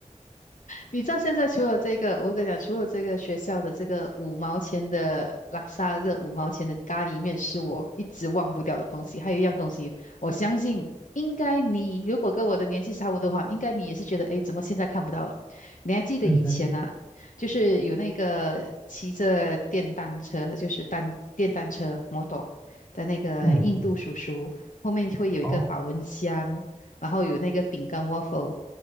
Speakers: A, on the left; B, on the left.
A: 你知道现在除了这个，我跟你讲，除了这个学校的这个五毛钱的拉萨这五毛钱的咖喱面是我一直忘不掉的东西，还有一样东西，我相信应该你如果跟我的年纪差不多的话，应该你也是觉得，诶，怎么现在看不到了？你还记得以前啊，
B: 嗯嗯
A: 就是有那个骑着电单车，就是单电单车 model 的那个印度叔叔，
B: 嗯嗯，
A: 后面会有一个保温箱，
B: 哦，
A: 然后有那个饼干 waffle。